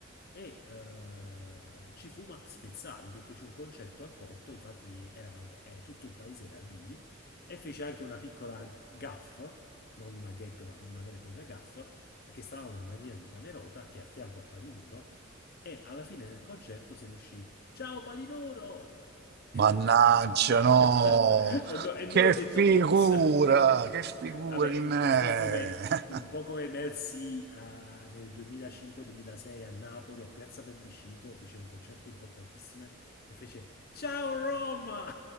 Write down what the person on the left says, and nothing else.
e eh, ci fu Max Pezzali che fece un concerto al porto, infatti eravamo, eh, tutto il paese era lì, e fece anche una piccola gaffa, non una gag ma una vera e propria gaffa, perché stavamo a Marina di Camerota, che è a fianco a Palinuro, e alla fine del concerto se ne uscì Ciao Palinuro! <laughs>
<laughs> Un po'.
e no- e
noi ho
detto, ops,
Vabbè,
un po' come, un
po' come Mercy eh, nel 2005-2006 a Napoli, a Piazza Plebiscito, fece un concerto importantissimo e fece Ciao Roma!